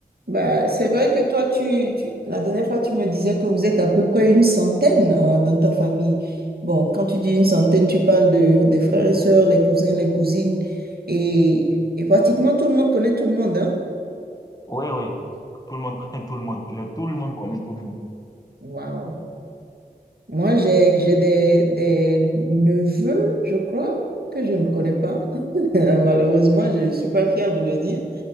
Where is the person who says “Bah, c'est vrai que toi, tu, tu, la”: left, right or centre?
Right